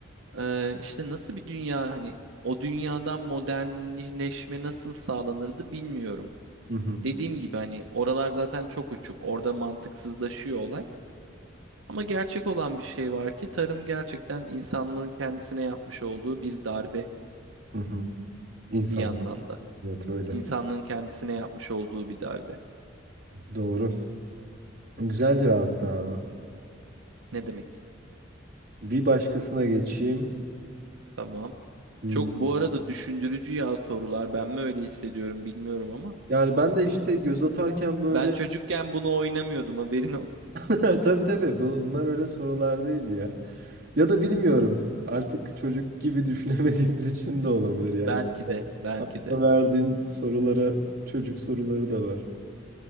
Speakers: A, on the right; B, on the right.
A: Ee, işte nasıl bir dünya hani o dünyadan modernleşme nasıl sağlanırdı bilmiyorum.
B: Hı hı,
A: Dediğim gibi hani oralar zaten çok uçuk. Orada mantıksızlaşıyor olay. Ama gerçek olan bir şey var ki tarım gerçekten insanlığın kendisine yapmış olduğu bir darbe
B: hı hı. İnsan.
A: bir yandan da.
B: Evet öyle.
A: İnsanlığın kendisine yapmış olduğu bir darbe.
B: Doğru. Güzel cevaptı abi.
A: Ne demek?
B: Bir başkasına geçeyim.
A: Tamam.
B: Hmm.
A: Çok bu arada düşündürücü ya sorular. Ben mi öyle hissediyorum bilmiyorum ama
B: Yani ben de işte göz atarken böyle
A: ben çocukken bunu oynamıyordum haberin olsun.
B: <laughs> tabii tabii bunlar öyle sorular değil ya. Ya da bilmiyorum. Artık çocuk gibi <laughs> düşünemediğimiz için de olabilir yani.
A: Belki de, belki
B: Akla
A: de.
B: verdiğin sorulara çocuk soruları da var.